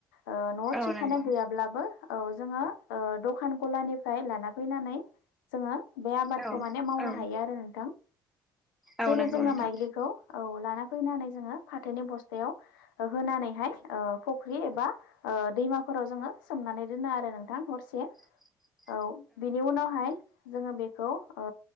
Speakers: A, on the left; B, in the centre.
A: ओ न'आव
B: औ
A: थिखानाय
B: नंगौ
A: गैयाब्लाबो औ जोङो ओ दखान गलानिफाय लाना--। फैनानै जोङो बे आबादखौ
B: औ
A: माने मावनो
B: औ
A: हायो आरो नोंथां।
B: औ
A: जेरै
B: नंगौ
A: जोङो
B: नोंथां
A: माइग्लिखौ औ लाना फैनानै जोङो फाथोनि बस्थ--। तायाव होनानैहाय ओ फख्रि एबा ओ दैमाफोराव जोङो सोमनानै दोनो आरो। नोंथां हरसे।
B: <inaudible>
A: औ बिनि उनावहाय जोङो बिखौ। ओ